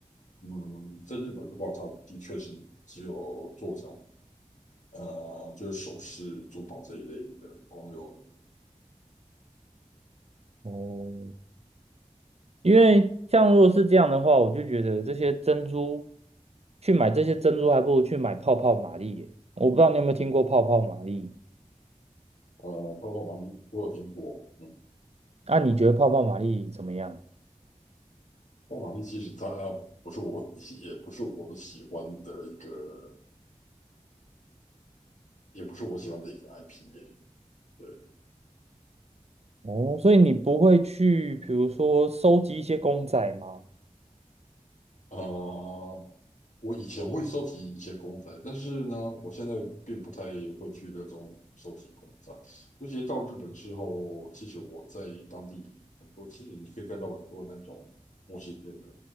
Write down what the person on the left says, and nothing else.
嗯，在日本的话，它的确是只有做成呃就是首饰、珠宝这一类的公有而已
呃，包括王，我有听过，嗯。
我马丽其实它呃不是我，也不是我喜欢的一个，也不是我喜欢的一个 IP 对，
啊、呃我以前会收集一些公仔，但是呢，我现在并不太会去热衷收集公仔。尤其到日本之后，其实我在当地很多，其实你可以看到很多那种模型店的